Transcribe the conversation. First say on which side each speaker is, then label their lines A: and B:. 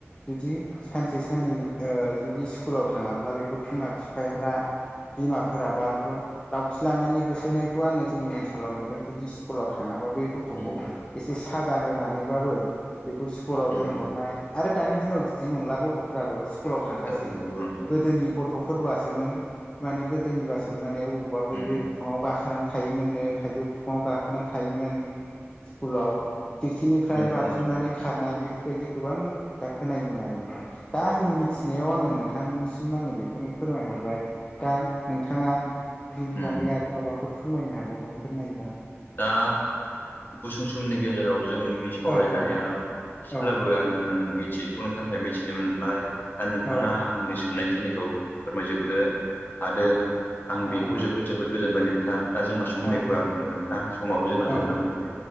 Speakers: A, on the left (about 20°); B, on the left (about 45°).
A: जुदि सानसे साननै जुदि स्कुलाव थाङाब्ला बेखौ बिमा बिफाफ्रा बिमाफोरा बा बेखौ दावउथि लानानै होसोनायखौ आङो जोंनि ओनसोलाव नुदों जुदि स्कुलाव थाङाबा बै गथ'खौ
B: उम
A: एसे साजा होनानैबाबो बेखौ स्कुलाव दोनहरनाय
B: उम
A: आरो दानि दिनाव बिदि नंला गथ'फोराबो स्कुलाव थांखासै
B: औ नंगौ नोंथां
A: गोदोनि गथ'फोरबासोमोन माने गोदोनिबासोमोन माने बबावबा बैग्रि
B: उम
A: बिफाङाव गाखो गाखोनानै थायोमोननो थाइजौ बिफाङाव गाखोनानै थायोमोन स्कुलाव खिरखिनिफ्राय
B: नंगौ
A: बारजुमनानै
B: नोंथां नंगौ
A: खारनाय बेफोरबायदि गोबां खोथा खोनायोमोन आरो नोंथां। दा आंनि
B: औ
A: मिथिनायाव
B: नंगौ
A: आङो नोंथांसिम आङो बेखौनो फोरमायहरबाय। दा नोंथाङा बिनि
B: उम
A: बागै आरो माबाफोर फोरमायनो हाबावगोन फोरमायोबा।
B: दा गुसुं समनि गेजेराव जोंनि सावरायनायाव
A: औ औ
B: एसेब्लाबो
A: औ
B: आङो मिथियैखौ नोंथांनिफ्राय मिथिनो मोनबाय। दा नोंथाङा
A: औ
B: आंनि सोंनायखिनिखौ फोरमायजोबनो हादों। आं बेखौ
A: औ
B: जोबोद जोबोद गोजोनबाय नोंथां। दा जोंना समनिबो
A: औ
B: आं खाल समाबो जोंना जोबना
A: औ
B: फैबाय